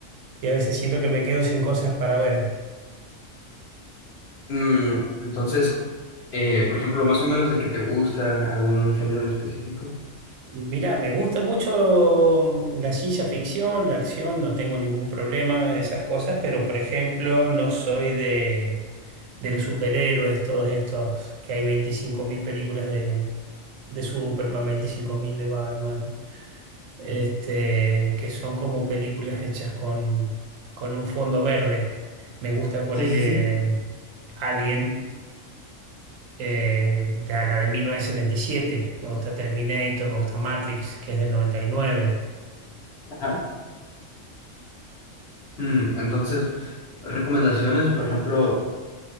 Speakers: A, on the right; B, on the left.
A: y a veces siento que me quedo sin cosas para ver.
B: Mm, entonces, eh, por ejemplo, más o menos de que te gusta algún género en específico.
A: Mira, me gusta mucho mm, la ciencia ficción, la acción, no tengo ningún problema en esas cosas, pero por ejemplo, no soy de, de los superhéroes, todos estos, que hay 25.000 películas de, de Superman, 25.000 de Batman, este, que son como películas hechas con, con un fondo verde. Me gusta ponerle
B: Sí, sí, sí.
A: mm, Alien. Eh, de la de 1977 me gusta Terminator, me gusta Matrix, que es del 99.
B: Ajá. Mm, entonces, recomendaciones, por ejemplo,